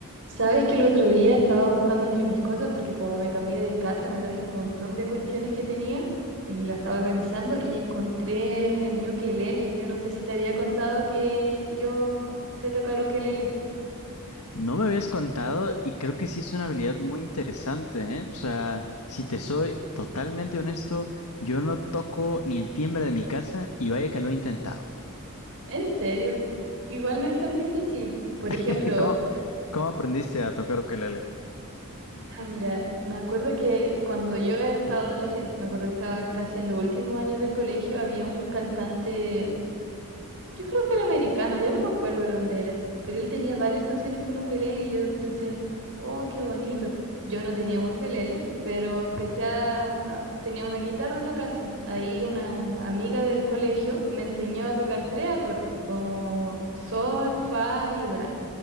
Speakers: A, on the right (about 60°); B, on the left (about 80°).
A: Sabes que el otro día estaba buscando entre mis cosas porque como me cambié de casa me traje un montón de cuestiones que tenía y la estaba organizando y encontré mi ukelele. Yo no sé si te había contado que yo sé tocar ukelele.
B: No me habías contado y creo que sí es una habilidad muy interesante, ¿eh? O sea, si te soy totalmente honesto, yo no toco ni el timbre de mi casa y vaya que lo he intentado.
A: En serio, igual no es tan difícil. Por ejemplo,
B: <laughs> ¿Cómo, cómo aprendiste a tocar ukelele?
A: ah, mira, me acuerdo que cuando yo estaba adolescente, me acuerdo que estaba casi en los últimos años del colegio, había un cantante Yo creo que era americano, ya no me acuerdo de dónde era, pero él tenía varias canciones con ukelele y yo pensé, oh, qué bonito. Yo no tenía un ukelele, pero empecé a, a- tenía una guitarra en la casa. Ahí una amiga del colegio me enseñó a tocar tres acordes, como sol, fa y la.